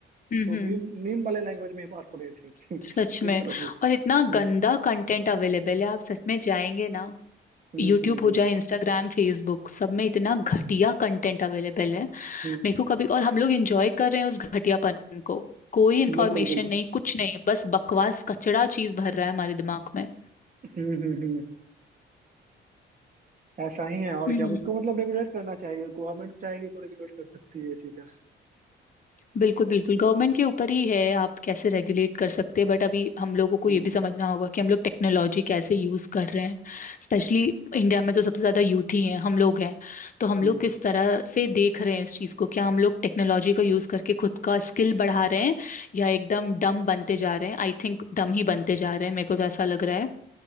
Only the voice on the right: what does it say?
तो
मीम मीम वाले लैंग्वेज में ही बात हो रही थी
<laughs> इस तरह की
हम्म
हम्म
हम्म
हम्म
हम्म,
बिल्कुल बिल्कुल
हम्म हम्म हम्म ऐसा ही है और
क्या उसको मतलब रेगुलेट करना चाहिए गवर्नमेंट चाहेगी तो रेगुलेट कर सकती है ये चीजें
हम्म
हम्म